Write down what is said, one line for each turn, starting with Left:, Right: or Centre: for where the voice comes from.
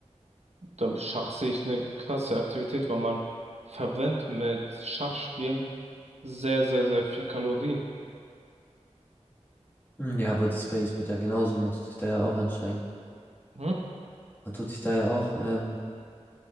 Right: Da Schach sehe ich eine krasse Aktivität, weil man verbrennt mit Schachspielen sehr, sehr, sehr viel Kalorien.
Left: hm, ja, aber das ist bei E-Sport ja genauso, man tut sich da ja auch anstrengen.
Right: Hm?
Left: Man tut sich da ja auch ähm,